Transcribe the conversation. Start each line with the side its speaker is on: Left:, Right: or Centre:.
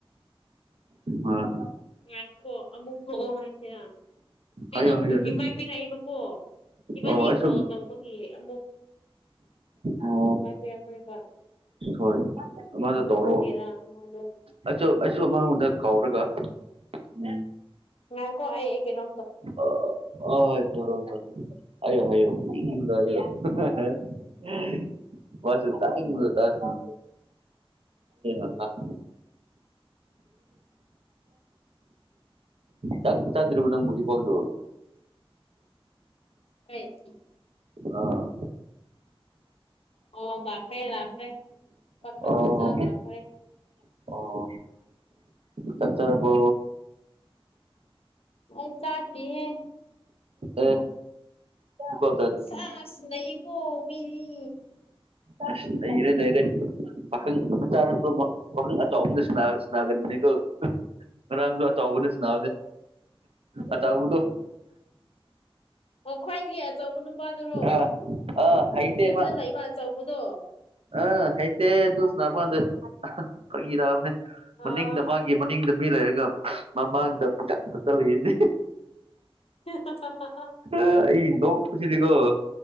Right: ꯑ
Left: ꯉꯥꯏꯣꯀꯣ ꯑꯃꯨꯛ ꯊꯣꯛꯑꯣ ꯍꯥꯏꯁꯦꯔ
Right: ꯍꯥꯏꯌꯣ
Left: ꯑꯩꯉ
Right: ꯍꯥꯏꯌꯣ ꯅꯪ
Left: ꯏꯃꯥꯏ ꯄꯤꯔꯛꯏꯕꯀꯣ ꯏꯕꯥꯅꯤꯀꯣ
Right: ꯑꯣ ꯑꯩꯁꯨ
Left: ꯇꯧꯕꯒꯤ ꯑꯃꯨꯛ
Right: ꯑꯣ
Left: ꯉꯥꯏ ꯄꯤꯔꯛꯄꯅꯦꯕ ꯑꯩꯈꯣꯏ
Right: ꯍꯣꯏ ꯑꯃꯗꯣ ꯇꯧꯔꯣ
Left: ꯊꯣꯛꯀꯦꯔꯥꯗ ꯏꯃꯗꯣ
Right: ꯑꯩꯁꯨ ꯑꯩꯁꯨ ꯃꯉꯣꯟꯗ ꯀꯥꯎꯔꯒ ꯎꯝ
Left: ꯉꯥꯏꯀꯣ ꯑꯩ ꯀꯩꯅꯣ
Right: ꯑꯥ ꯑꯥ ꯍꯣ ꯇꯧꯔꯣ ꯇꯧꯔꯣ ꯍꯥꯏꯌꯣ ꯍꯥꯏꯌꯣ <unintelligible>
Left: ꯎꯝ
Right: ꯋꯁꯨ ꯇꯥꯅꯤꯡꯉꯁꯨ ꯇꯁꯅꯨ <unintelligible> ꯆꯥꯛ ꯆꯗ꯭ꯔꯤꯕꯣ ꯅꯪꯕꯨ ꯍꯧꯖꯤꯛꯄꯥꯎꯗꯨ
Left: <unintelligible>
Right: ꯑꯥ
Left: ꯑꯣ ꯂꯥꯛꯈ꯭ꯔꯦ ꯂꯥꯛꯈ꯭ꯔꯦ ꯄꯥꯈꯪ
Right: ꯑꯣ
Left: ꯃꯆꯥ ꯂꯥꯛꯈ꯭ꯔꯦ
Right: ꯑꯣ ꯆꯥꯛ ꯆꯔꯕꯣ
Left: ꯑꯩ ꯆꯥꯗꯔꯤꯌꯦ
Right: ꯑꯦ ꯊꯕꯛ
Left: ꯁꯥꯁ ꯅꯩꯄꯣ ꯃꯤꯗꯤ
Right: ꯑꯁ ꯅꯩꯒꯔꯦ ꯅꯩꯔꯦ ꯄꯥꯈꯪ ꯃꯆꯥꯅꯇꯣ ꯄꯥꯈꯪ ꯑꯆꯥꯎꯕꯗꯣ ꯁꯥꯒꯟꯕꯅꯤꯀꯣ ꯉꯥꯔꯡꯁꯨ ꯑꯆꯧꯕꯅ ꯁꯕꯅꯦ ꯑꯆꯥꯎꯕꯗꯣ
Left: ꯑꯣ ꯈ꯭ꯋꯥꯏꯗꯒꯤ ꯑꯆꯧꯕ ꯅꯨꯄꯥꯗꯨꯔꯣ
Right: ꯑꯥ ꯑꯥ ꯍꯩꯇꯦ
Left: ꯌꯨꯝꯗ
Right: ꯃꯥ
Left: ꯂꯩꯕ ꯑꯆꯧꯕꯗꯣ
Right: ꯑꯥ ꯍꯩꯇꯦ ꯑꯗꯨ ꯁꯥꯟꯅꯕ ꯀꯥꯟꯗ ꯐꯥꯒꯤꯔꯛꯑꯕꯅꯤ
Left: ꯑꯥ
Right: ꯃꯅꯤꯡꯗ ꯃꯥꯒꯤ ꯃꯅꯤꯡꯗ ꯃꯤ ꯂꯩꯔꯒ ꯃꯃꯥꯡꯗ ꯄꯨꯆꯠ ꯆꯠꯂꯛꯏꯅꯦ
Left: <unintelligible>
Right: ꯑꯩ ꯅꯣꯛ ꯄꯁꯤꯗꯤꯀꯣ